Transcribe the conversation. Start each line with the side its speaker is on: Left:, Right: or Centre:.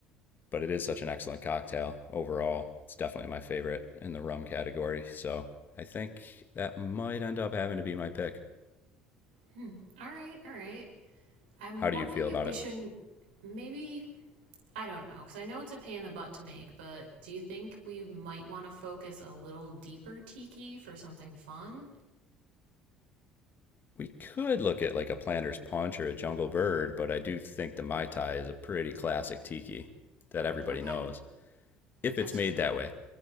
Left: but it is such an excellent cocktail overall. It's definitely my favorite in the rum category. So I think that might end up having to be my pick.
Right: Hmm. All right. All right. I'm
Left: How
Right: wondering
Left: do you feel
Right: if
Left: about
Right: we
Left: it?
Right: shouldn't maybe I don't know, because I know it's a pain in the butt to make, but do you think we might want to focus a little deeper tiki for something fun?
Left: We could look at like a planter's punch or a jungle bird, but I do think the Mai Tai is a pretty classic tiki that everybody
Right: Okay,
Left: knows if
Right: that's
Left: it's made
Right: true.
Left: that way.